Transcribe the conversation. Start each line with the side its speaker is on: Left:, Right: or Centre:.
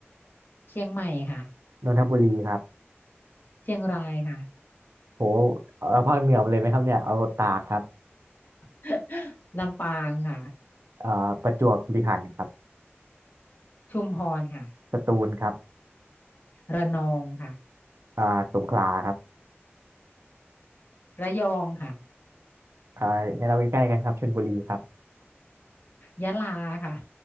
Left: เชียงใหม่ค่ะ
Right: นนทบุรีครับ
Left: เชียงรายค่ะ
Right: โหเอาภาคเหนือมาเลยไหมครับเนี่ยเอาตากครับ
Left: <laughs> ลำปางค่ะ
Right: อ่าประจวบคีรีขันธ์ครับ
Left: ชุมพรค่ะ
Right: สตูลครับ
Left: ระนองค่ะ
Right: อ่าสงขลาครับ
Left: ระยองค่ะ
Right: อ่างั้นเราใกล้ๆกันครับชลบุรีครับ
Left: ยะลาค่ะ